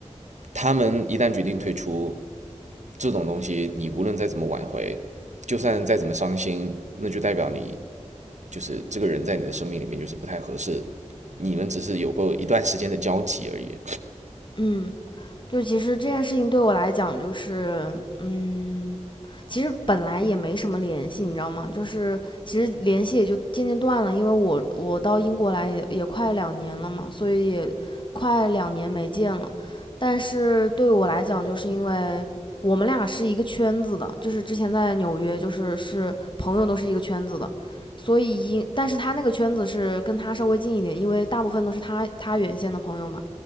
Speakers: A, on the right; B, on the left.
A: 他们一旦决定退出，这种东西你无论再怎么挽回，就算再怎么伤心，那就代表你就是这个人在你的生命里面就是不太合适，你们只是有过一段时间的交集而已。
B: 嗯就其实这件事情对我来讲，就是嗯，其实本来也没什么联系，你知道吗？就是其实联系也就渐渐断了，因为我我到英国来也也快两年了嘛，所以也快两年没见了。但是对我来讲，就是因为我们俩是一个圈子的，就是之前在纽约，就是是朋友都是一个圈子的，所以因但是他那个圈子是跟他稍微近一点，因为大部分都是他他原先的朋友嘛。